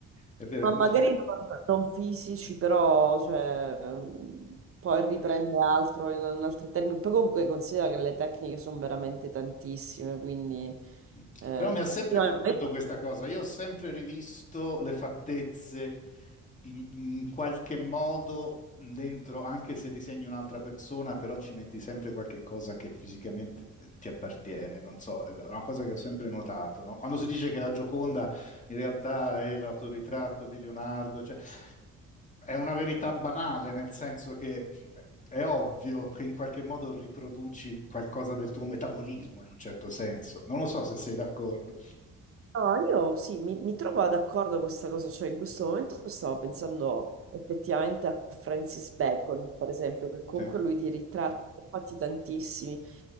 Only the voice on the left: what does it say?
È vero,
è come...
Mm.
Però mi ha sempre
colpito
questa cosa. Io ho sempre rivisto le fattezze in, in qualche modo dentro, anche se disegni un'altra persona, però ci metti sempre qualche cosa che fisicamente eh, ti appartiene. Non so, è una cosa che ho sempre notato, no? Quando si dice che la Gioconda in realtà è l'autoritratto di Leonardo. Cioè, è una verità banale, nel senso che è ovvio che in qualche modo riproduci qualcosa del tuo metabolismo in un certo senso. Non lo so se sei d'accordo.
Sì,